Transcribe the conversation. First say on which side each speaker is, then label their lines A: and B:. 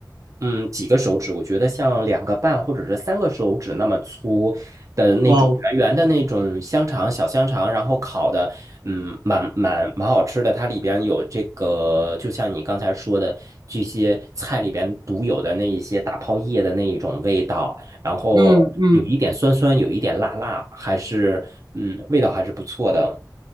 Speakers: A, on the right; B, on the right.
A: 嗯，几个手指，我觉得像两个半或者是三个手指那么粗的那种圆圆的那种香肠，
B: 哇哦，
A: 小香肠，然后烤的，嗯，蛮蛮蛮好吃的。它里边有这个，就像你刚才说的这些菜里边独有的那一些大泡叶的那一种味道，然后有一点酸酸，
B: 嗯嗯
A: 有一点辣辣，还是嗯，味道还是不错的。